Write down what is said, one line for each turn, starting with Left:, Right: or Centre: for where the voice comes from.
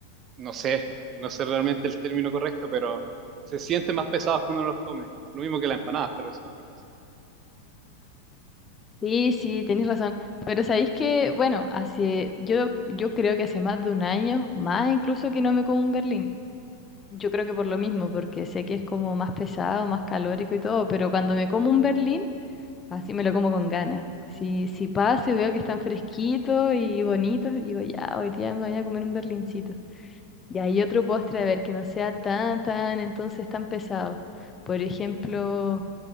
Right: no sé, no sé realmente el término correcto, pero se sienten más pesados cuando los comes. Lo mismo que las empanadas, pero eso es otra cosa.
Left: Sí, sí, tenéis razón. Pero sabéis que, bueno, hace, yo, yo creo que hace más de un año, más incluso que no me como un berlín. Yo creo que por lo mismo, porque sé que es como más pesado, más calórico y todo, pero cuando me como un berlín, Así me lo como con ganas. Si, si paso y veo que están fresquitos y bonitos, digo, ya, hoy día me voy a comer un berlincito. Y hay otro postre, a ver, que no sea tan, tan, entonces tan pesado. Por ejemplo,